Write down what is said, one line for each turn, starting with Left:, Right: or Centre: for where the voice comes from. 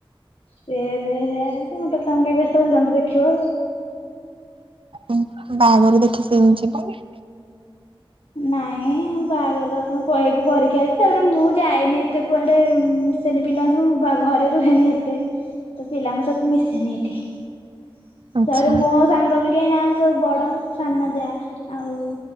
Left: ସେ ଏବେ ବେ ମୁଁ କହିଲି ତମେ କାଇଁ ବ୍ୟସ୍ତ ହଉଚୁ ଯାଉନୁ ତୁ ଦେଖିବ।
Right: ଉଁ, ବାହାଘରୁ ଦେଖି ସେ ଯିବନି?
Left: ନାଇଁ ବାହାଘର ର ପ-ଏକ ପରୀକ୍ଷା ଅଛି। ତାପରେ ମୁଁ ଯାଏନି ଏତେ କୁଆଡେ ଉଁ,। ମିଶେନି ପିଲାଙ୍କୁ ବା-ଘରେ ରୁହେନି ଏତେ। ତ ପିଲାଙ୍କ ସହିତ ମିଶେନି ଏଠି। ତାପରେ
Right: ଆଚ୍ଛା।
Left: ମୋ ସାଙ୍ଗ ବି କେହି ନାହାନ୍ତି। ସବୁ ବଡ ସାନ ଯା ଆଉ